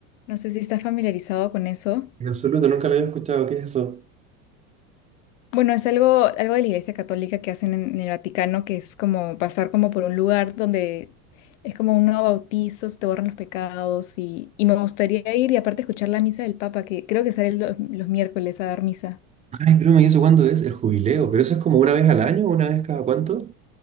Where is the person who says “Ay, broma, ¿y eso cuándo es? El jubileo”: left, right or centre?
Right